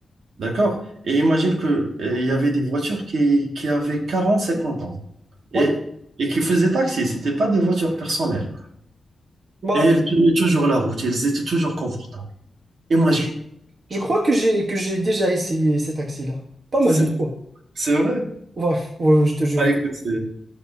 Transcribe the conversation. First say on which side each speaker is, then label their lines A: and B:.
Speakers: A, on the right; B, on the right.
A: D'accord? Et imagine que euh, il y avait des voitures qui, qui avaient 40 50 ans et,
B: oui.
A: et qui faisaient taxi. C'était pas des voitures personnelles.
B: Bah,
A: Et elles tenaient toujours la route, elles étaient toujours confortables. Imagine.
B: je, Je crois que j'ai que j'ai déjà essayé cet taxi là Pas mal
A: C'est
B: de fois.
A: c'est vrai.
B: Ouais, ouais, je te jure.
A: Ah, écoute, c'est...